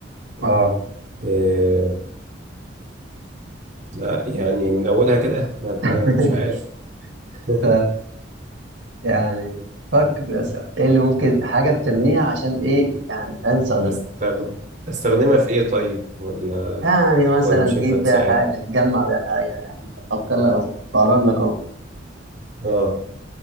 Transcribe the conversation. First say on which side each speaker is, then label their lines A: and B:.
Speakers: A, on the right (about 85°); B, on the right (about 40°).
A: اه
B: إيه لا يعني من اولها كده ما
A: <laughs>
B: ما- مش عارف <laughs>
A: ف يعني فكر بس ايه اللي ممكن حاجه بترميها عشان ايه يعني عشان تستخدمها
B: استخد... استخدمها في ايه طيب ولا
A: يعني مثلا
B: ولا مش
A: تجيب
B: هينفع تساعد
A: بيها حاجه تجمع بيها حاجه يعني فكر لك بس بقرب لك
B: اه